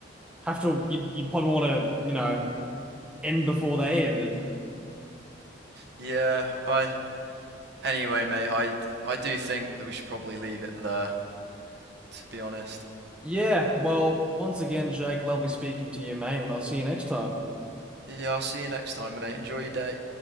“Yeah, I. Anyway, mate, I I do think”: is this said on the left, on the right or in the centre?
Right